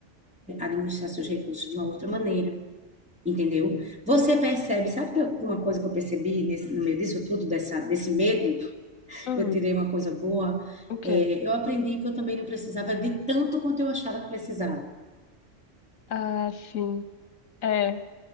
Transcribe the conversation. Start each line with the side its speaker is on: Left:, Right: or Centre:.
Centre: administrar seus recursos de uma outra maneira Entendeu? Você percebe, sabe que eu- uma coisa que eu percebi nesse- no meio disso tudo, dessa, desse medo,
Left: Hum,
Centre: eu tirei uma coisa boa,
Left: o quê?
Centre: é, eu aprendi que eu também não precisava de tanto quanto eu achava que precisava,
Left: Ah, sim. é